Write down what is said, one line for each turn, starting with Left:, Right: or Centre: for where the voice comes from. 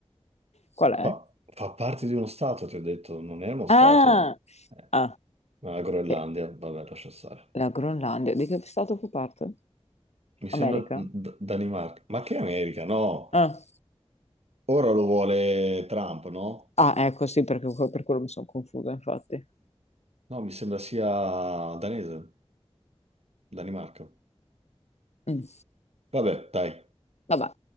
Left: Qual è?
Right: Fa, fa parte di uno stato, ti ho detto, non è uno stato.
Left: Ah,
Right: Eh,
Left: ah,
Right: ma la Groenlandia,
Left: Eh,
Right: vabbè, lascia stare.
Left: la Groenlandia. Di che stato fa parte?
Right: Mi
Left: America?
Right: sembra D- Danimarca. Ma che America? No,
Left: Ah,
Right: ora lo vuole Trump, no?
Left: Ah, ecco, sì, perché per quello mi sono confusa, infatti.
Right: No, mi sembra sia danese, Danimarca.
Left: Mm.
Right: Vabbè, dai,
Left: Vabbè,